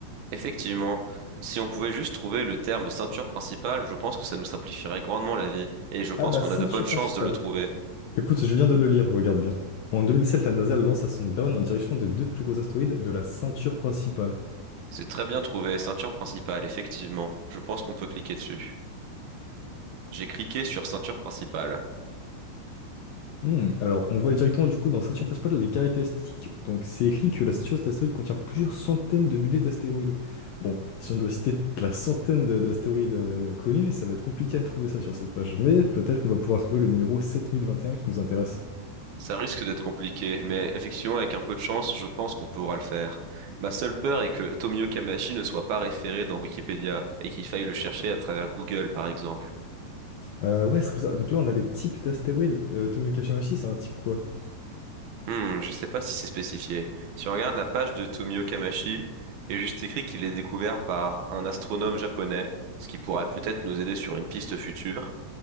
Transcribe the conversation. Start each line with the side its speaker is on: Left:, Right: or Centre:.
Right: Effectivement, si on pouvait juste trouver le terme ceinture principale, je pense que ça nous simplifierait grandement la vie, et je pense
Left: Ah bah,
Right: qu'on
Left: ceinture
Right: a de bonnes chances
Left: principale.
Right: de le trouver.
Left: Écoute, je viens de le lire, regarde bien. En 2007, la NASA lance sa sonde Dawn en direction des deux plus gros astéroïdes de la ceinture principale.
Right: C'est très bien trouvé, ceinture principale, effectivement. Je pense qu'on peut cliquer dessus. J'ai cliqué sur ceinture principale.
Left: Hmm, Alors, on voit directement du coup dans la ceinture principale les caractéristiques. Donc, c'est écrit que la ceinture d'astéroïdes contient plusieurs centaines de milliers d'astéroïdes. Bon, si on doit citer la centaine de- d'astéroïdes euh, connus, ça va être compliqué à trouver ça sur cette page. Mais peut-être qu'on va pouvoir trouver le numéro 7021 qui nous intéresse.
Right: Ça risque d'être compliqué, mais effectivement, avec un peu de chance, je pense qu'on pourra le faire. Ma seule peur est que Tomio Kamashi ne soit pas référé dans Wikipédia et qu'il faille le chercher à travers Google, par exemple.
Left: Euh, ouais, ce serait bizarre. Donc là, on a les types d'astéroïdes. Euh, Tomio Kashimaki, c'est un type quoi?
Right: Hmm, je sais pas si c'est spécifié. Si on regarde la page de Tomio Kamashi, il est juste écrit qu'il est découvert par un astronome japonais, ce qui pourrait peut-être nous aider sur une piste future,